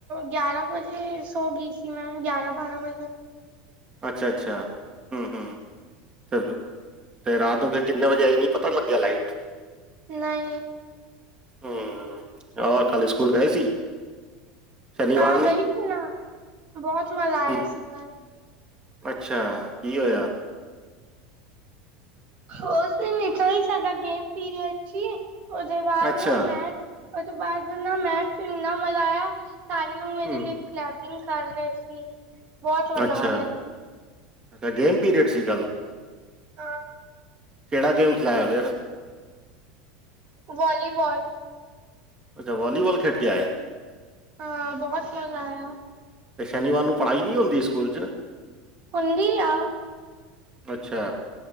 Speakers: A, on the right (about 45°); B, on the right (about 25°).
A: ਗਿਆਰਾਂ ਵਜੇ ਸੋ ਗਈ ਸੀ ਮੈਂ ਗਿਆਰਾਂ- ਬਾਰਾਂ ਵਜੇ।
B: ਅੱਛਾ-ਅੱਛਾ, ਹੂੰ-ਹੂੰ। ਚਲੋ ਤੇ ਰਾਤ ਨੂੰ ਫਿਰ ਕਿੰਨੇ ਵਜੇ ਆਈ ਸੀ ਪਤਾ ਨੀ ਲੱਗਿਆ ਲਾਈਟ
A: ਨਈ।
B: ਹੂੰ ਹੋਰ ਕੱਲ ਸਕੂਲ ਗਏ ਸੀ? ਸ਼ਨੀਵਾਰ
A: ਹਾਂ
B: ਨੂੰ
A: ਗਈ ਸੀ ਨਾ ਬੋਹਤ ਮਜ਼ਾ ਆਇਆ
B: ਹਮ
A: ਸੀ ਕੱਲ
B: ਅੱਛਾ ਕੀ ਹੋਯਾ?
A: ਉਸ ਦਿਨ ਇਥੋਂ ਹੀ ਸਾਡਾ ਗੇਮ ਪੀਰੀਅਡ ਸੀ ਓਦੇ ਬਾਦ
B: ਅੱਛਾ
A: ਨਾ ਮੈਂ ਓ ਤੋਂ ਬਾਦ ਨਾ ਮੈਥ ਚ ਇੰਨਾ ਮਜ਼ਾ ਆਇਆ ਸਾਰੇ ਨੂੰ ਮੇਰੇ
B: ਹਮ
A: ਲਈ ਕਲੈਪਿੰਗ ਕਰ ਰੇ ਸੀ ਬਹੁਤ ਮਜ਼ਾ
B: ਅੱਛਾ
A: ਆ ਰੇਆ ਸੀ।
B: ਅੱਛਾ ਗੇਮ ਪੀਰੀਅਡ ਸੀ ਕੱਲ
A: ਹਾਂ।
B: ਕੇੜਾ ਗੇਮ ਖਿਲਾਯਾ ਫੇਰ
A: ਵੋਲੀਬੋਲ
B: ਅੱਛਾ ਵੋਲੀਬੋਲ ਖੇਡ ਕੇ ਆਯਾ।
A: ਹਾਂ ਬੋਹਤ ਮਜ਼ਾ ਆਯਾ।
B: ਤੇ ਸ਼ਨੀਵਾਰ ਨੂੰ ਪੜ੍ਹਾਈ ਨਈ ਹੁੰਦੀ ਸਕੂਲ ਚ
A: ਹੁੰਦੀ ਆ।
B: ਅੱਛਾ